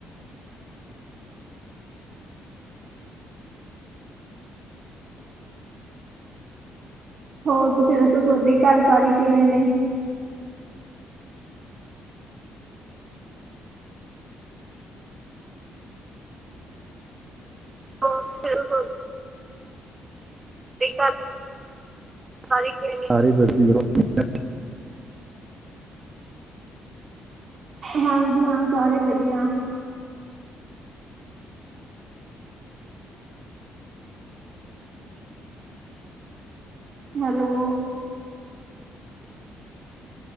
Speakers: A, on the right; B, on the right.
A: ਹੋਰ ਤੁਸੀਂ ਦੱਸੋ ਤੁਹਾਡੇ ਘਰ ਸਾਰੀ ਕਿਵੇਂ ਨੇ?
B: ਉਹ ਬਿਲਕੁਲ। <unintelligible>
A: ਹਾਂਜੀ, ਹਾਂ। ਸਾਰੇ ਵਧੀਆ। ਹੈਲੋ